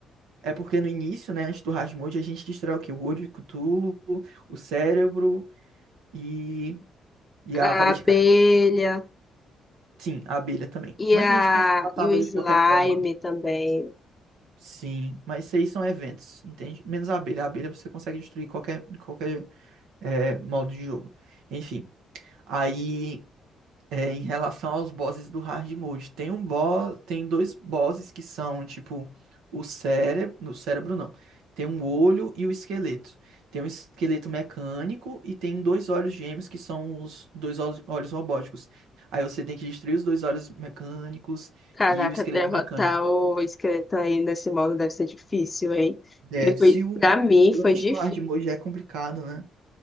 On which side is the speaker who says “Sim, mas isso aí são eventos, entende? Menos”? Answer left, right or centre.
Right